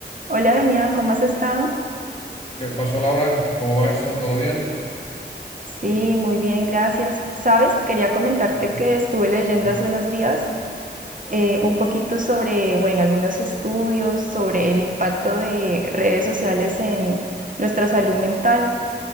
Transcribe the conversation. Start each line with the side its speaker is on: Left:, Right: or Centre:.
Right: Hola Damián, ¿cómo has estado?
Left: ¿Qué pasó, Laura? ¿Cómo va eso? ¿Todo bien?
Right: Sí, muy bien, gracias. Sabes, quería comentarte
Left: Sí.
Right: que estuve leyendo
Left: Sí.
Right: hace unos días eh, un poquito sobre, bueno, algunos estudios sobre el impacto de redes sociales en nuestra salud mental